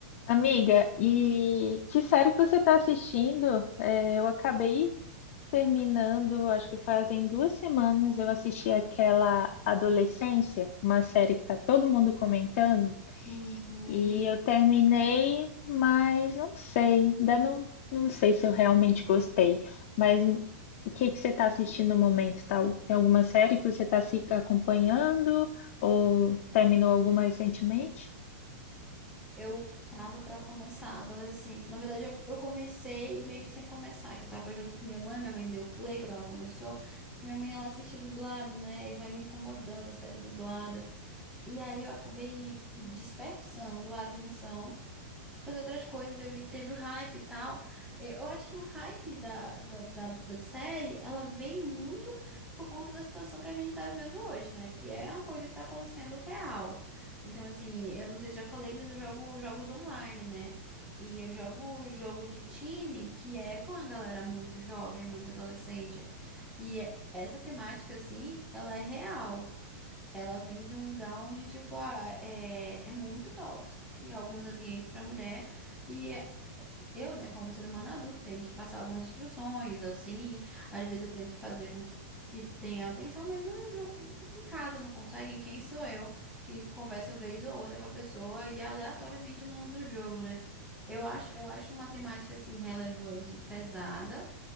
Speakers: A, on the left; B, in the centre.
A: Amiga, e que série que você está assistindo? É, eu acabei terminando, acho que fazem duas semanas, eu assisti aquela Adolescência, uma série que está todo mundo comentando,
B: Uhum.
A: e eu terminei, mas não sei, ainda não, não sei se eu realmente gostei. Mas o que que você está assistindo no momento? Tá, tem alguma série que você está se acompanhando ou terminou alguma recentemente?
B: Eu tava pra começar a adolescência. Na verdade, eu, eu comecei meio que sem começar, que eu tava junto com minha mãe, minha mãe deu play quando ela começou. Só que minha mãe ela assiste dublado, né? E vai me incomodando a série dublada. E aí eu acabei dispersando a atenção. fazer outras coisas. Eu vi que teve o hype e tal. Eu eu acho que o hype da, da, da, da série, ela vem muito por conta da situação que a gente tá vivendo hoje, né? Que é uma coisa que tá acontecendo real. Então, assim, eu não sei se já falei, mas eu jogo jogos online, né? E eu jogo jogo de time, que é com a galera muito jovem, muito adolescente. E é- essa temática, assim, ela é real. Ela vem de um lugar onde, tipo, ah, é, é muito tóxico em alguns ambientes para mulher. E eu, né, como ser humano adulto, tenho que passar algumas instruções, assim. Às vezes eu tento fazer com que, que tenha atenção, mas não, não- em casa não conseguem. Quem sou eu que conversa vez ou outra com a pessoa e aleatoriamente no, no jogo, né? Eu acho, eu acho uma temática, assim, relevante, e pesada.